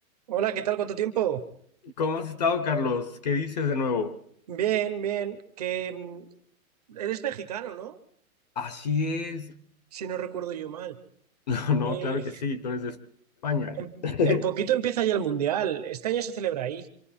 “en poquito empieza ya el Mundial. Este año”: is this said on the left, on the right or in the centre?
Right